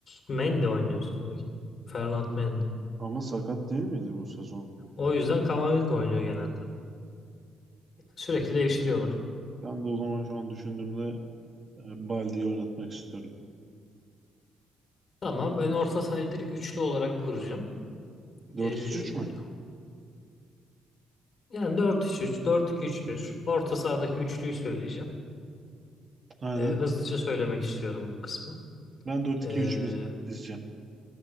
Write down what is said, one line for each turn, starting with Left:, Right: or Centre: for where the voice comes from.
Left: Mendy oynuyor sol bek. Ferland Mendy.
Right: Ama sakat değil miydi bu sezon?
Left: O yüzden Camavinga oynuyor genelde. Sürekli devşiriyorlar.
Right: Ben de o zaman şu an düşündüğümde e, Baldi'yi oynatmak istiyorum.
Left: Tamam ben orta sahayı direkt üçlü olarak kuracağım.
Right: 4-3-3
Left: Ee,
Right: mü?
Left: yani dört üç üç dört 4-2-3-1. Orta sahadaki üçlüyü söyleyeceğim.
Right: Aynen.
Left: Ee, hızlıca söylemek istiyorum bu kısmı.
Right: Ben 4-2-3-1
Left: Ee,
Right: dizeceğim.